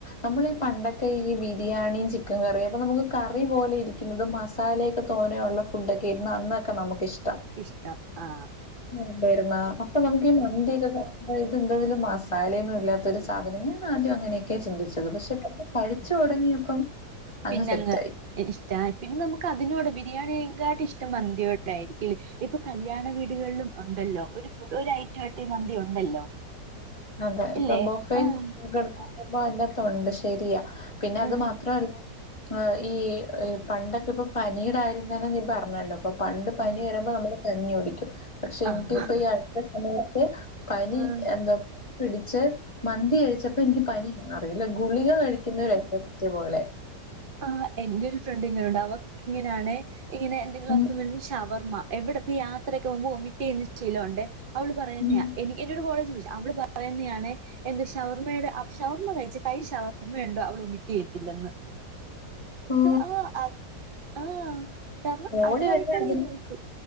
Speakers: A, on the left; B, on the right.
A: നമ്മള് പണ്ടൊക്കെ ഇ ബിരിയാണി ചിക്കൻ കറിഴും അപ്പൊ നമുക്ക് കറി പോലെ ഇരിക്കുന്നതും മസാലയ്ക്കെ തോന്നെ ഉള്ള ഫുഡൊക്കെ ര്ന്നു അന്നൊക്കെ നമുക്ക്ിഷ്
B: ഇഷ്ടം ആ.
A: ണ്ടായിരുന്ന അപ്പൊ നമുക്ക് ഈ മന്തി യൊക്കെ <unintelligible> ഇത് എന്തെതിലും <unintelligible> എന്താ ഇതില് മസാലയൊന്നും ഇല്ലാത്തൊരു സാധനം ഞാൻ ആദ്യം അങ്ങനെയൊക്കെ ചിന്തിച്ചത് കഴിച്ചു തുടങ്ങിയപ്പം അങ്ങ്
B: പിന്നങ്ങ്
A: സെറ്റായി
B: ഇഷ്ട പിന്നെ നമുക്ക് അതിനോട് ബിരിയാണി കാട്ടി ഇഷ്ടം മന്തിയോടെ ആയിരിക്ക ഇപ്പൊ കല്യാണ വീടുകളിലും ഉണ്ടല്ലോ ഒരു ഫുഡ് ഒരു ഐറ്റാട്ട മന്തി ഉണ്ടല്ലോ.
A: അതെ ഇപ്പൊ
B: ഇല്ലേ
A: ബൊഫുമ്പോ
B: ആഹ്
A: <unintelligible> ശെരിയാ പിന്നെ അത്
B: ആഹ്
A: മാത്രല്ല. അ ഈ പണ്ടൊക്കെ ഇപ്പൊ പനിടെ അര്യം തന്നെ നീ പറഞ്ഞല്ലോ അപ്പൊ പണ്ട് പനി
B: ഉം
A: വരുമ്പോ നമ്മള് കഞ്ഞി കുടിക്കും പക്ഷെ
B: ആഹ്
A: എനിക്ക് ഇപ്പൊ ഈ അടുത്ത സമയത്ത് പനി
B: ആഹ്
A: എന്തൊക്ക പിടിച്ച് മന്തി കഴിച്ചപ്പോ എനിക്ക് പനി അറീയി ല്ല ഗുളിക കഴിക്കുന്നോര എഫക്റ്റ് പോലെ.
B: ആ എന്റെരു ഒരു ഫ്രണ്ട് ഇങ്ങനെുണ്ട് അവക്ക് ഇങ്ങനാണേ ങ്ങനെ എന്തെങ്കിലും
A: ഉം
B: അസുഗം വരുമ്പോൾ ഷവർമ്മ. എവിടെപ്പ യാത്രയൊക്കെ പോവുമ്പോ ഒമിറ്റെയ്യുന്ന ശീലോണ്ട്. അവള് പറയുന്നെയാ
A: ഉം
B: എനി എന്റൊട കോളേജി പ ടി അവിള് പറയുന്നെയാണെ എന്ത് ഷവർമ്മയുടെ ഷവർമ്മ കഴിച്ച കൈ ഷവർമ്മയണ്ടോ അവളൊമിറ്റെയ്യത്തില്ലെന്ന്.
A: ഓ
B: ആഹ് അ ആഹ് കാരണം
A: ഓടി
B: അതുമായിട്ടങ്ങ്
A: വെച്ച അതി
B: ഇതായി പോയി